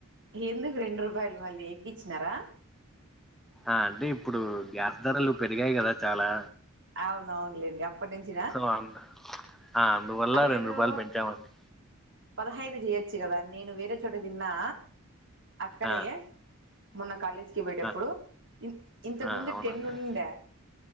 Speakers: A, on the right; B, in the centre.
A: ఎందుకు రెండు రూపాయలు మళ్ళీ ఎక్కించినారా
B: ఆ అంటే ఇప్పుడు గ్యాస్ ధరలు పెరిగాయి కదా చాలా
A: అవునవునులేండి అప్పటి నుంచిన
B: సో అందు ఆ అందువల్ల
A: అదేదో
B: రెండు రూపాయలు పెంచామండి
A: పదహైదు చేయొచ్చు కదా నేను వేరే చోట తిన్నా అక్కడే
B: ఆ
A: మొన్న కాలేజ్కి పోయేటప్పుడు
B: ఆ
A: ఇ ఇంతకు
B: ఆ
A: ముందు
B: అవునండి
A: టెన్ ఉండే